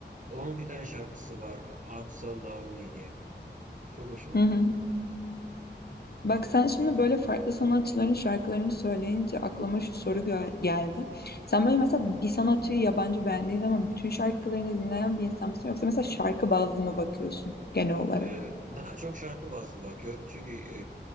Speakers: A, on the right; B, on the left.
A: Onun bir tane şarkısı var. I'm so lonely diye. Çok hoşuma
B: Hı
A: gidiyor.
B: hı. Bak sen şimdi böyle farklı sanatçıların şarkılarını söyleyince aklıma şu soru gö- geldi. Sen böyle mesela bir sanatçıyı yabancı beğendiğin zaman bütün şarkılarını dinleyen bir insan mısın? Yoksa mesela şarkı bazlı mı bakıyorsun genel olarak?
A: Ee, Daha çok şarkı bazlı bakıyorum çünkü e,